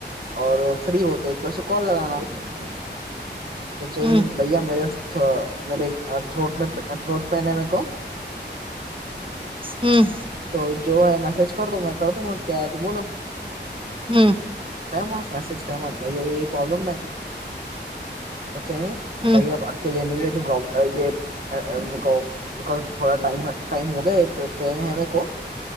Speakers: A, on the right; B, on the right.
A: और फ्री होते एक बार से कॉल लॻाना। त चई
B: हूं
A: भैया मेरे थ्रोट मेरे थ्रोट पेन है मेरे को।
B: हम्म।
A: त, जो है मैसेज कर दूंगा कर दूंगा क्या है, तूं बोलो।
B: हम्म।
A: कयो मांस मैसेज कयो मांस भई ये ये पॉब्लम है, त चयईं
B: हूं
A: भाई अब <unintelligible> अं बि बिकाज़ि थोड़ा टाईम हो गया है, पैन हइ मेरे को।